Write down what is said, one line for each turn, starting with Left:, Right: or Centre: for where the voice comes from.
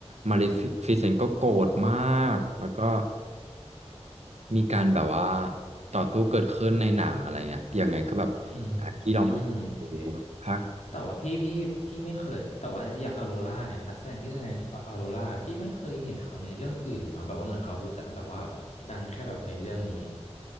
Right: มาเลฟิเซนต์ก็โกรธมากแล้วก็มีการแบบว่าต่อสู้เกิดขึ้นในหนังอะไรเงี้ยยังไงก็แบบ
Left: อืมอืมโอเค
Right: ที่ลองไปดูภาค
Left: แต่ว่าพี่พี่พี่ไม่เคยแต่ว่าอย่างออโรราเนี่ยนักแสดงที่แสดงออโรราพี่ไม่เคยเห็นเขาในเรื่องอื่นเลยเนาะแบบว่าเหมือนเขารู้จักแบบว่าดังแค่แบบในเรื่องนี้